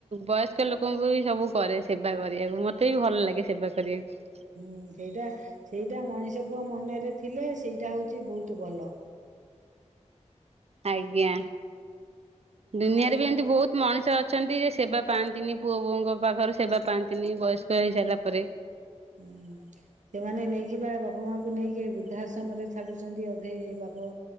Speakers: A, on the right (about 60°); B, on the right (about 85°).
A: ବସ୍ ମୁ୍ୟ ଲୋକଙ୍କୁ ବି ସବୁ କରେ ସେବା କରିବାକୁ ମତେ ବି ଭଲ ଲାଗେ ସେବା କରିବାକୁ
B: ହୁଁ ସେଇଟା ସେଇଟା ମଣିଷଙ୍କ ମନରେ ଥିଲେ ସେଇଟା ହଉଛି ବହୁତ ଭଲ।
A: ଆଜ୍ଞା ଦୁନିଆରେ
B: ଆଉ
A: ବି ଏମିତି ବହୁତ ମଣିଷ ଅଛି ଅଛନ୍ତି ଯେ ସେବା ପାଆନ୍ତିନି ପୁଅ ବୋଉଙ୍କ ପାଖରୁ ସେବା ପାଆନ୍ତିନି ବୟସ୍କ ହେଇସାରିଲା ପରେ।
B: ହୁଁ ସେମାନେ ନେଇକି ବା ବାପା ମାକୁ କୁ ନେଇକି ବୃଦ୍ଧା ଆଶ୍ରମ ରେ ଛାଡୁଛନ୍ତି ଅଧେ ବାପ